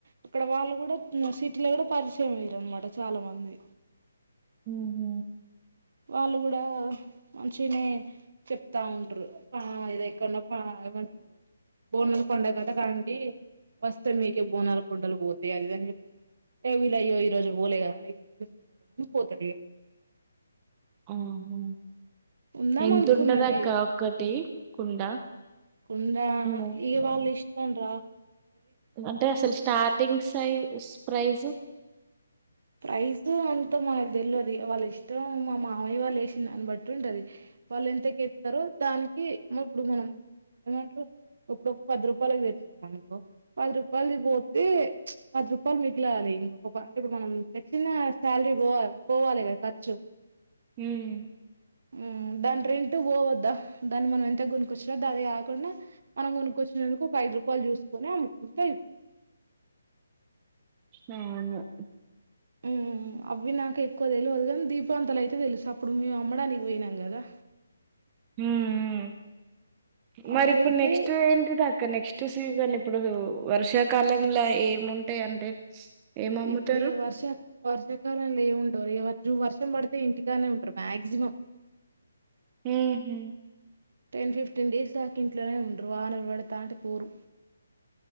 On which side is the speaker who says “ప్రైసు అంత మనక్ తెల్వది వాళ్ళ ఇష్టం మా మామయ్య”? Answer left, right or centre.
Right